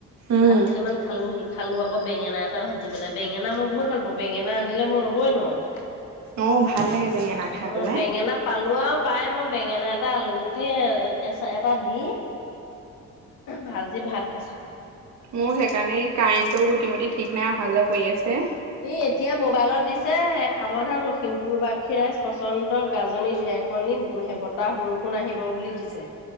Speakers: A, on the right; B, on the left.
A: উম,
B: ভাত কেইটামান খালো সি খালো আকৌ বেঙেনা এটা ভাজি পেলাই, বেঙেনা মই বহুত ভাল পাও বেঙেনা আনিলে মই ৰ'বই নোৱাৰো।
A: অ' ভাল লাগে বেঙেনা খাই
B: অ
A: পেলাই।
B: বেঙেনা পালো আৰু পাই মই বেঙেনা এট টা আলু গুটি, এ এছা এটা দি ভাজি ভাত খাইছো।
A: মোৰ সেইকাৰণে কাৰেণ্টটো গোটি মুটি ঠিক নাই অহা যোৱা কৰি আছে।
B: ই এতিয়া মোবাইলত দিছে, সাৱধান লখিমপুৰ বাসী ৰাইজ পচন্দ গাজনি ঢেৰ - কণী, বতাহ- বৰষুণ আহিব বুলি দিছে।